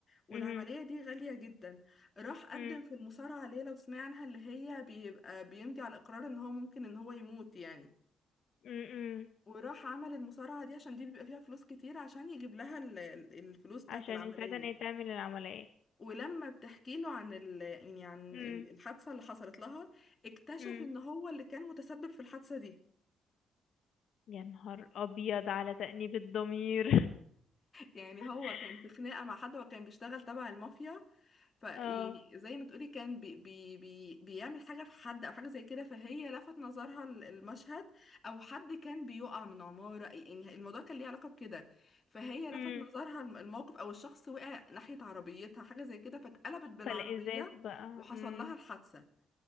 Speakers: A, on the left; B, on the left.
A: والعملية
B: امم
A: دي غالية جدا راح قدم
B: امم
A: في المصارعة اللي هي لو تسمعي عنها اللي هي بيبقى بيمضي على الإقرار إن هو ممكن إن هو يموت يعني
B: امم
A: وراح عمل المصارعة دي عشان دي بيبقى فيها فلوس كتير عشان يجيب لها ال- ال- الفلوس بتاعة
B: عشان
A: العملية
B: يساعدها ان هي تعمل العملية
A: ولما بتحكي له عن ال يعني عن
B: امم
A: ال- الحادثة اللي حصلت لها اكتشف
B: امم
A: إن هو اللي كان متسبب في الحادثة دي
B: يا نهار ابيض على تأنيب الضمير
A: يعني
B: <laughs>
A: هو كان في خناقة مع حد وكان بيشتغل تبع المافيا فيعني
B: اه
A: زي ما تقولي كان بي بي بي بيعمل حاجة في حد أو حاجة زي كده فهي لفت نظرها ال- المشهد أو حد كان بيقع من عمارة يعني الموضوع كان ليه علاقة بكده فهي لفت
B: امم
A: نظرها الم- الموقف أو الشخص وقع ناحية عربيتها حاجة زي كده فاتقلبت بالعربية
B: فالازاز بقى
A: وحصل
B: امم
A: لها الحادثة